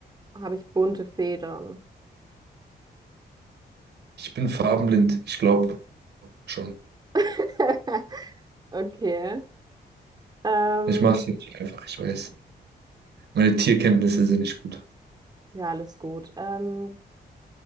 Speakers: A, on the right; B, on the right.
A: habe ich bunte Federn.
B: Ich bin farbenblind. Ich glaube schon.
A: <laughs> Okay. Ähm,
B: Ich mache es nicht einfach. Ich weiß. Meine Tierkenntnisse sind nicht gut.
A: ja, alles gut. Ähm,